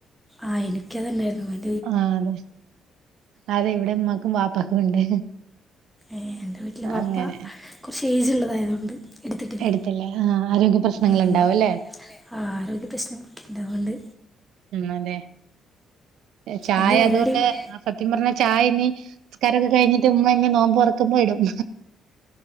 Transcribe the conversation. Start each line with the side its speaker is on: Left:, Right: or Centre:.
Centre: ആഹ് എനിക്കതന്നായിരുന്നു മൻ
Right: ആഹ അതെ അതെ ഇവിടെ ഉമ്മക്കും വാപ്പക്കും ഉണ്ട്
Centre: ഏ എൻ്റെ വീട്ടിലെ വാപ്പ
Right: അങ്ങനെ
Centre: കുറച്ച് ഏജ് ഉള്ളതായതുകൊണ്ട്. എടുത്തിട്ടില്ല
Right: എടുത്തില്ലേ ആ ആരോഗ്യ പ്രശ്നങ്ങൾ
Centre: ഉം
Right: ഉണ്ടാവും അല്ലേ.
Centre: ആ ആരോഗ്യ പ്രശ്നം ഉണ്ടാവോണ്ട്.
Right: ഉ അതെ എ ഛായ
Centre: എന്താ പരിപാടി
Right: അതോണ്ട് അമ്. സത്യം പറഞ്ഞ ഛായ ഇനി നിസ്കാരൊക്കെ കഴിഞ്ഞിട്ട് ഉമ്മ ഇങ്ങ് നോമ്പ് തുറക്കുമ്പോ ഇടും.